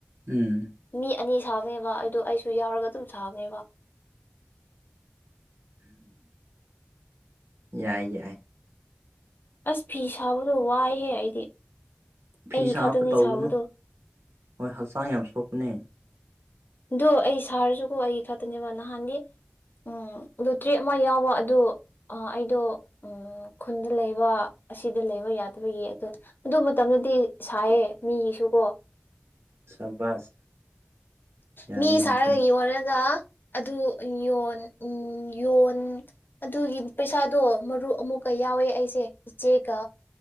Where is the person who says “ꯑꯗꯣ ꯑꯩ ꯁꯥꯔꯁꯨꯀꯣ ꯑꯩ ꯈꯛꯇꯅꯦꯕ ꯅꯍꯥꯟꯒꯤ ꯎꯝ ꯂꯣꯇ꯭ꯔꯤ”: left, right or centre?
Left